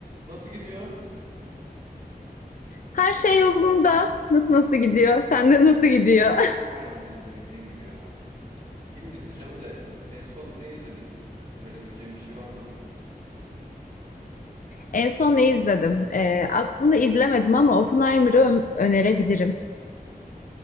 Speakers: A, on the right; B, on the left.
A: Nasıl gidiyor?
B: Her şey yolunda. Nasıl nasıl gidiyor? Sende nasıl gidiyor? <laughs>
A: Aynı benim de bildiğin gibi ya. Film izleyeceğim de en son ne izledin? Önerebileceğim bir şey var mı?
B: En son ne izledim? Ee, aslında izlemedim ama Oppenheimer'ı ö- önerebilirim.